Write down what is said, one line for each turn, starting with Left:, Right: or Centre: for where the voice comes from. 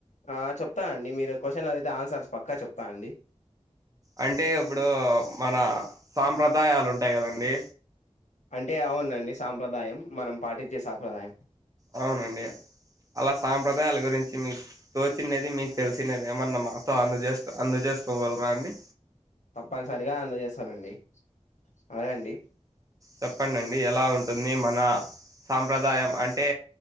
Left: ఆ చెప్తానండి మీరు క్వశ్చన్ అడిగితే ఆన్సర్స్ పక్కా చెప్తా అండి
Right: అంటే ఇప్పుడు మన సాంప్రదాయాలు ఉంటాయి కదండి
Left: అంటే అవునండి సాంప్రదాయం మనం పాటించే సాంప్రదాయం
Right: అవునండి అలా సాంప్ర హృదయాల గురించి మీకు తోచిండేది మీకు తెలిసినది ఏమన్నా మాతో అందజేసుకో అందజేసుకోగలరా అండి
Left: తప్పనిసరిగా అందజేస్తానండి అడగండి
Right: చెప్పండండి ఎలా ఉంటుంది మా నా సాంప్రదాయం అంటే